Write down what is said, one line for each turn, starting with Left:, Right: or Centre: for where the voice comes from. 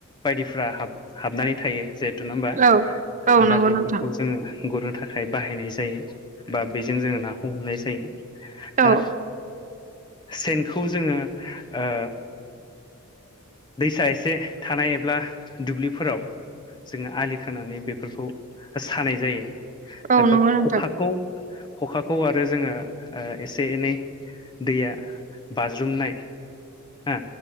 Left: बायदिफ्रा हाब हाबनानै थायो जे थुर ना होमबा?
Right: औ औ नंगौ
Left: दा बेफोरखौ
Right: नोंथां
Left: जोङो गुरनो थाखाय बाहायनाय जायो बा बेजों जोङो नाखौ हमनाय जायो।
Right: औ
Left: ओ सेनखौ जोङो ओ दैसा एसे थानाय एब्ला दुब्लिफोराव जोङो आलि खोनानानै बेफोरखौ सानाय जायो
Right: औ
Left: एबा
Right: नंगौ नोंथां
Left: खखाखौ खखाखौ आरो जोङो ओ एसे एनै दैया बाज्रुमनाय हो